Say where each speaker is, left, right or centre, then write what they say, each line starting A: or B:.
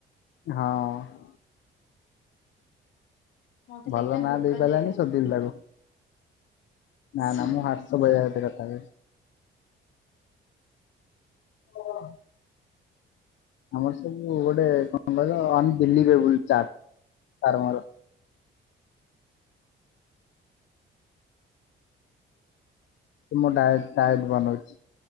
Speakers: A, on the left; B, on the left.
A: ହଁ।
B: ମତେ
A: ଭଲ
B: ଲାଗିଲା
A: ନାଁ
B: ଗୁଗଲ
A: ଦେଇ ପାରିଲାନି
B: ଏଆଇ।
A: ସୋଦିଲି ତାକୁ। ନା
B: ସୋ
A: ନା ମୁଁ ହାତସ ବଜାରଟ କଥା। <inaudible> ଆମର ସବୁ
B: ହୁଁ
A: ଗୋଟେ
B: ହୁଁ।
A: କଣ କହିଲ ଅନଭିଲିବିଲେବୁଲ ଚାଟ ତାର ମୋର। ମୁଁ ଡଏ ଟଏଟ ବନଉଛି